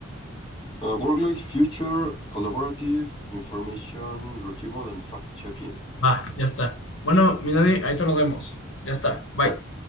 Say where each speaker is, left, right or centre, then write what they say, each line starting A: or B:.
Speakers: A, on the left; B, on the left.
A: Uh, Work-Life Future Collaborative Information Retrieval and Fact-Checking.
B: Va, ya está. Bueno, mi Dani, ahorita nos vemos. Ya está. Bye.
A: Va.